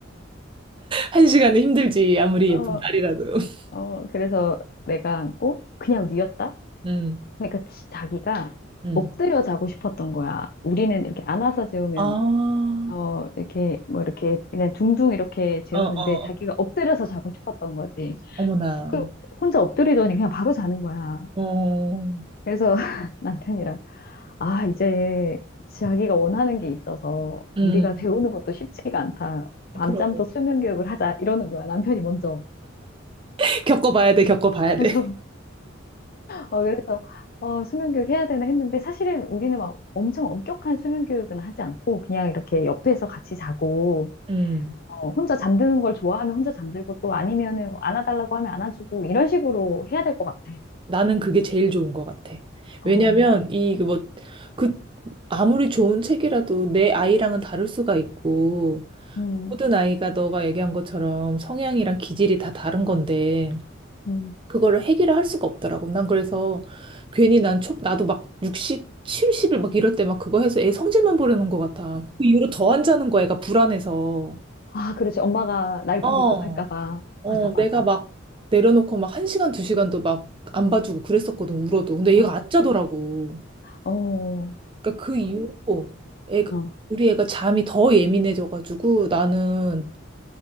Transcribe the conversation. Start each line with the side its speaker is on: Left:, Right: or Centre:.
Right: 한 시간은 힘들지, 아무리 예쁜
Left: 어,
Right: 딸이라도. <laughs>
Left: 어, 그래서 내가 안고 그냥 누웠다?
Right: 음,
Left: 그러니까 지- 자기가
Right: 음.
Left: 엎드려 자고 싶었던 거야. 우리는 이렇게 안아서 재우면
Right: 아,
Left: 어, 이렇게 뭐 이렇게 그냥 둥둥 이렇게 재우는데
Right: 어, 어.
Left: 자기가 엎드려서 자고 싶었던 거지.
Right: 어머나.
Left: 그 혼자 엎드리더니 그냥 바로 자는 거야.
Right: 어,
Left: 그래서 <laughs> 남편이랑 아, 이제 자기가 원하는 게 있어서
Right: 음,
Left: 우리가 배우는 것도 쉽지가 않다. 밤잠도
Right: 그러고.
Left: 수면 교육을 하자. 이러는 거야, 남편이 먼저.
Right: <laughs> 겪어봐야 돼, 겪어봐야 돼.
Left: <laughs> 그래서, 어, 그래서, 어, 수면 교육 해야 되나 했는데 사실은 우리는 막 엄청 엄격한 수면 교육은 하지 않고 그냥 이렇게 옆에서 같이 자고,
Right: 음,
Left: 어, 혼자 잠드는 걸 좋아하면 혼자 잠들고 또 아니면은 안아달라고 하면 안아주고 이런 식으로 해야 될 것 같아.
Right: 나는 그게 제일 좋은 것 같아.
Left: 어,
Right: 왜냐면, 이, 그 뭐, 그, 아무리 좋은 책이라도 내 아이랑은 다를 수가 있고,
Left: 음,
Right: 모든 아이가 너가 얘기한 것처럼 성향이랑 기질이 다 다른 건데,
Left: 음.
Right: 그거를 해결을 할 수가 없더라고. 난 그래서 괜히 난 초, 나도 막 60, 70일 막 이럴 때 막 그거 해서 애 성질만 부리는 것 같아. 그 이후로 더 안 자는 거야, 애가 불안해서.
Left: 아, 그렇지. 엄마가 날
Right: 어,
Left: 버리고 갈까 봐.
Right: 어,
Left: 맞아, 맞아.
Right: 내가 막 내려놓고 막 한시간두시간도 막 안 봐주고 그랬었거든, 울어도. 근데
Left: 어,
Right: 얘가 안 자더라고.
Left: 어. 어.
Right: 그러니까 그 이후로 애가,
Left: 어.
Right: 우리 애가 잠이 더 예민해져가지고 나는